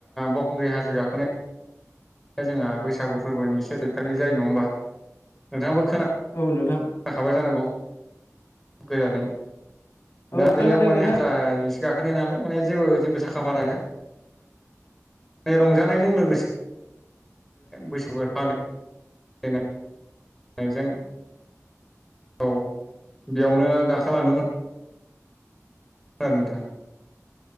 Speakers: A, in the centre; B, on the left (about 55°).
A: बावखुंग्रि हाजो गाखोनाया। जोंहा बैसागु फोरबोनि सेथिखालि जायो नङा हबा नोंथाङाबो खोनाखाबाय
B: औ नोंथां
A: जानांगौ गोजानै।
B: औ
A: दा
B: खोनादों
A: बेयाव माने
B: नोंथां
A: हाजार एसे गाखोनो नालाय माने जेबो जेबो साखाफाराया नै रंजानायजों लोगोस बैसफोर फालि फालिजों औ बेयावनो गाखालांदोंमोन। आरो नोंथां